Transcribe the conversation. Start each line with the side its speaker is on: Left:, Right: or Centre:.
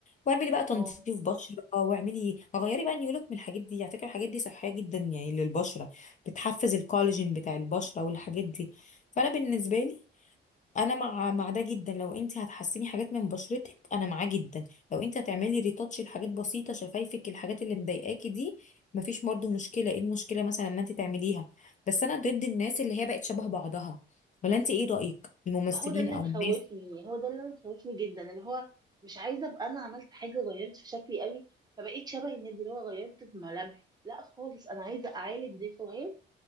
Left: واعملي بقى تنظيف
Right: اه
Left: بشره واعملي غيري بقى نيولك من الحاجات دي على فكره الحاجات دي صحيه جدا يعني للبشره بتحفز الكولاجين بتاع البشره والحاجات دي فانا بالنسبه لي انا مع مع ده جدا لو انت هتحسني حاجات من بشرتك انا معاه جدا لو انت هتعملي ريتاتش لحاجات بسيطه شفايفك الحاجات اللي مضايقاكي دي مفيش برضه مشكله ايه المشكله مثلا ما انت تعمليها بس انا ضد الناس اللي هي بقت شبه بعضها ولا انت ايه رايك الممثلين
Right: ما هو ده اللي
Left: او
Right: مخوفني
Left: الناس
Right: هو ده اللي مخوفني جدا اللي هو مش عايزه ابقى انا عملت حاجه غيرت في شكلي قوي فبقيت شبه النادي اللي هو غيرت في ملامحي لا خالص انا عايزه اعالج ديفوهات